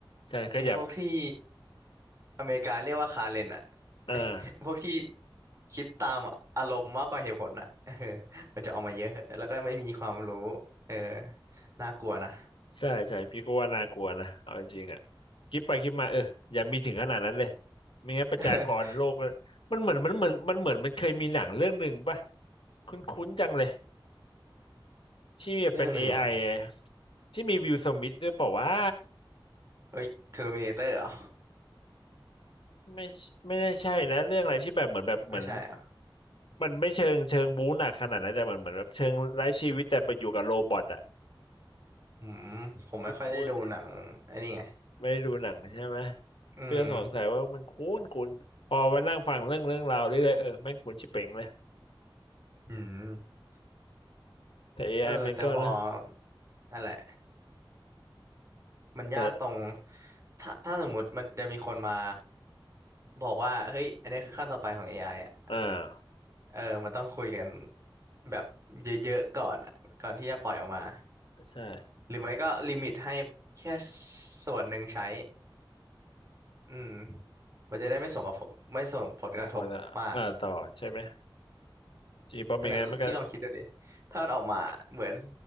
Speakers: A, on the left (about 80°); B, on the right (about 35°).
A: ใช่ขยับ
B: ไอ้พวกที่อเมริกาเรียกว่าคาเรนอ่ะ
A: อ่า
B: <laughs> ไอ้พวกที่คิดตามอารมณ์มากกว่าเหตุผลอ่ะเออมันจะออกมาเยอะแล้วก็ไม่มีความรู้เออน่ากลัวนะ
A: ใช่ใช่พี่ก็ว่าน่ากลัวนะเอาจริงๆอ่ะคิดไปคิดมาเอออย่ามีถึงขนาดนั้นเลยไม่งั้นประชากรโลกก็มันเหมือนมันเหมือนมันเหมือนมันเคยมีหนังเรื่องหนึ่งป่ะ
B: <laughs>
A: คุ้นๆจังเลยที่มีเป็นเอ
B: เรื่องหนึ่งเหรอ
A: i ออะที่มีวิลสมิธด้วยเปล่าว่า
B: เอ้ยเทอร์มิเนเตอร์เหรอ
A: ไม่ไม่ได้ใช่นะเรื่องอะไรที่แบบเหมือนแบบเหมือน
B: ไม่ใช่เหรอ่ะ
A: มันไม่เชิงเชิงบู๊หนักขนาดนั้นแต่มันเหมือนแบบเชิงไร้ชีวิตแต่ไปอยู่กับโรบอทอ่ะ
B: อืมผมไม่ค่อยได้ดูหนังไอ้นี่ไง
A: คุ้นๆไม่ได้ดูหนังใช่ไหม
B: อืม
A: เปียสอนสายว่ามันคุ้นคุ้นพอมานั่งฟังเรื่องเรื่องราวเรื่อยๆเออแม่งคุ้นชิบเป่งเลย
B: อืม
A: แต่ AI
B: เออแต่พอ
A: มันก็นะ
B: นั่นแหละมันยากตรง
A: แต่
B: ถ้าถ้าสมมุติมันจะมีคนมาบอกว่า เฮ้ย อันนี้คือขั้นต่อไปของ AI อไออ่ะ
A: อ่า
B: เออมันต้องคุยกันแบบเยอะๆก่อนอะก่อนที่จะปล่อยออกมา
A: ใช่
B: หรือไม่ก็ลิมิตให้แค่ส่วนหนึ่งใช้อืมมันจะได้ไม่ส่งกระทบไม่ส่งผลกระทบมาก
A: บางคนอะอ่าต่อใช่ไหมจริงเพราะไม่งั้นมันก็
B: เออพี่ลองคิดดูดิถ้ามันออกมาเหมือน